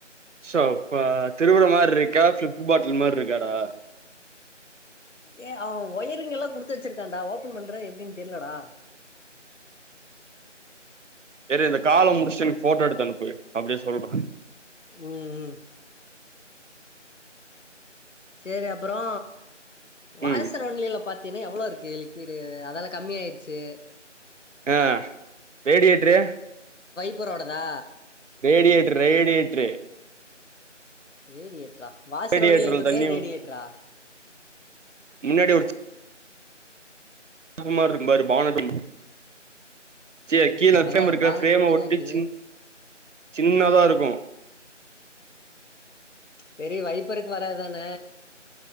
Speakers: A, on the right; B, on the left.
A: ஷோப்பா திருவுற மார்ருக்கா ஃப்ளிப் பாட்டல் மார்ருக்காடா
B: ஏ அவ ஒயரிங்கெல்லா குடுத்து வச்சிருக்கான்டா ஓப்பன் பண்ற எப்டின் தெர்லடா
A: சரி இந்த காலம் முடிச்ட்டு எனக் ஃபோட்டோ எடுத்தனுப்பு அப்டியே சொல்ற
B: உம் உம் ச்சேரி அப்புரோ வாய்சர்
A: ம்
B: ஒன்லிலப் பாத் த்தின்னு எவ்ளோருக்கு லிக்விடு அதல்ல கம்மியாயிருச்சு
A: ஆஹ் ரேடியேட்ரு
B: ம்பரோடதா
A: ரேடியேட்ரு ரேடியேட்ரு
B: ரேடியேட்ரா வாசர்
A: ரேடியேட்டர்ல
B: ஒன்லிட்ருக்கு
A: தண்ணி
B: ரேடியேட்ரா
A: முன்னாடி ஒரு <unintelligible> பாரு <inaudible> சியே கீழ ஃப்ரேம்மிருக்க
B: அதா பானட்
A: ஃப்ரேம
B: ஒட்டி
A: ஒட்டிச்
B: தா இருக்குது
A: சின் சின்னதா இருக்கு
B: பெரிய வைப்பருக்கு வரத்தான